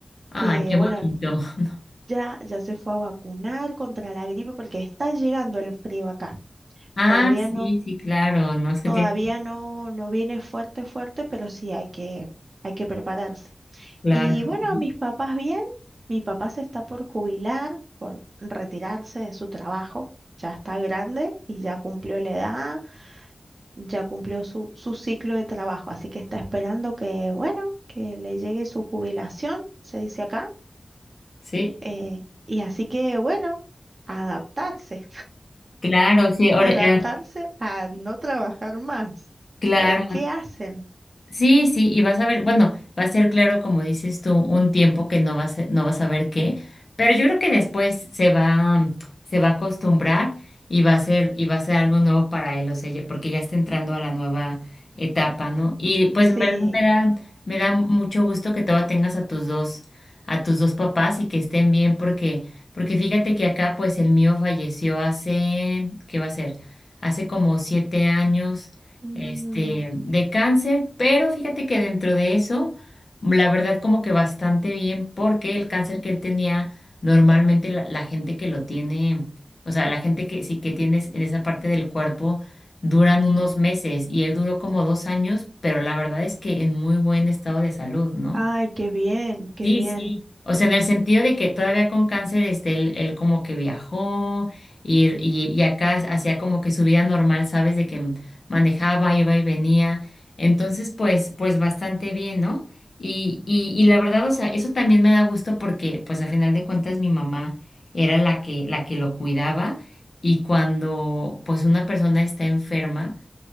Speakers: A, on the left; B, on the right.
A: Ay,
B: que
A: qué
B: bueno,
A: bonito. <laughs>
B: ya, ya se fue a vacunar contra la gripe porque está llegando el frío acá.
A: Ah,
B: Todavía no,
A: sí, sí, claro, no es que
B: todavía
A: tiene,
B: no, no viene fuerte, fuerte, pero sí hay que, hay que prepararse.
A: claro,
B: Y bueno,
A: ¿no?
B: mis papás bien, mi papá se está por jubilar, por retirarse de su trabajo. Ya está grande y ya cumplió la edad, ya cumplió su, su ciclo de trabajo, así que está esperando que, bueno, que le llegue su jubilación, se dice acá.
A: Sí,
B: eh, y así que, bueno, adaptarse.
A: claro, sí, ahora,
B: Adaptarse
A: eh,
B: a no trabajar más.
A: claro,
B: A ver, ¿qué hacen?
A: Sí, sí, y vas a ver, bueno, va a ser claro, como dices tú, un tiempo que no vas, a- no vas a ver qué, pero yo creo que después se va, se va a acostumbrar y va a ser, y va a ser algo nuevo para él, o sea, ya- porque ya está entrando a la nueva etapa, ¿no? Y pues
B: Sí.
A: en verdad me da, me da mucho gusto que todavía tengas a tus dos, a tus dos papás y que estén bien, porque, porque fíjate que acá, pues el mío falleció hace, ¿qué va a ser? Hace como siete años
B: Mm,
A: este, de cáncer, pero fíjate que dentro de eso, la verdad como que bastante bien, porque el cáncer que él tenía, normalmente la, la gente que lo tiene, o sea, la gente que sí que tienes en esa parte del cuerpo, duran unos meses y él duró como dos años, pero la verdad es que en muy buen estado de salud, ¿no?
B: Ay, qué bien, qué
A: Sí,
B: bien.
A: sí. O sea, en el sentido de que todavía con cáncer, este, él, él como que viajó y, y, y acá hacía como que su vida normal, ¿sabes? De que manejaba, iba y venía. Entonces, pues, pues bastante bien, ¿no? Y, y, y la verdad, o sea, eso también me da gusto porque, pues, a final de cuentas, mi mamá era la que, la que lo cuidaba y cuando, pues, una persona está enferma,